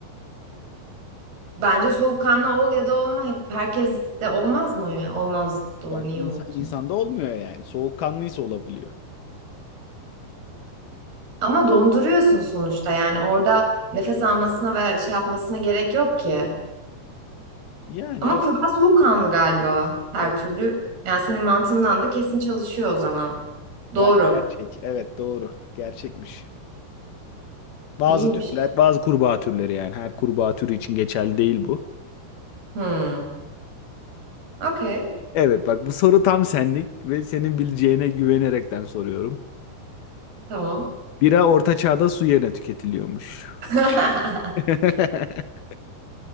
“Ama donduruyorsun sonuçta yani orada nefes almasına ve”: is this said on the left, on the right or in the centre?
Right